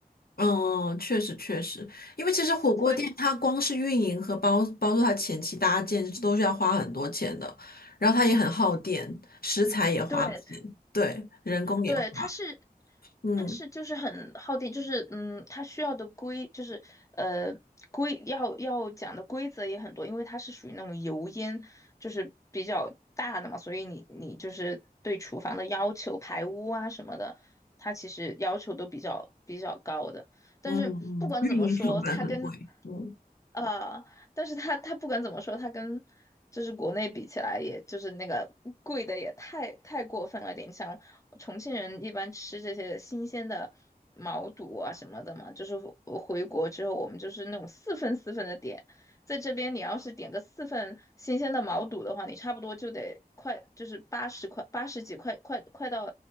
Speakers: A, on the left; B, on the left.
A: 嗯，确实确实，因为其实火锅店它光是运营和包包括它前期搭建都是要花很多钱的，
B: <laughs> 所以
A: 然后它也很耗电，食材也花钱，
B: 对，
A: 对，人工也花，
B: 对，它是，
A: 嗯
B: 它是就是很耗电，就是嗯，它需要的规就是呃规要要讲的规则也很多，因为它是属于那种油烟就是比较大的嘛，所以你你就是对厨房的要求、排污啊什么的，它其实要求都比较比较高的。但是不管怎么说，
A: 嗯嗯，运营成本很贵，
B: 它跟
A: 嗯，
B: 呃，但是他他不管怎么说，他跟就是国内比起来，也就是那个贵的也太太过分了点。像重庆人一般吃这些新鲜的毛肚啊什么的嘛，就是回回国之后，我们就是那种四份四份的点。在这边，你要是点个四份新鲜的毛肚的话，你差不多就得快，就是八十块、八十几块，快快到